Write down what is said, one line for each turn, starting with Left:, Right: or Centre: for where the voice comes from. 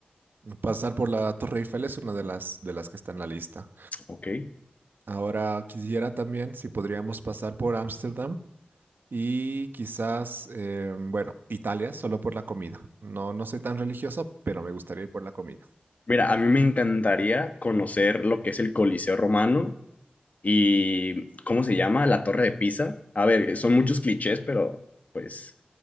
Right: pasar por la Torre Eiffel es una de las de las que está en la lista.
Left: Ok.
Right: Ahora quisiera también si podríamos pasar por Ámsterdam y quizás eh, bueno, Italia solo por la comida. No no soy tan religioso, pero me gustaría ir por la comida.
Left: Mira, a mí me encantaría conocer lo que es el Coliseo Romano y, ¿cómo se llama? La Torre de Pisa. A ver, son muchos clichés, pero pues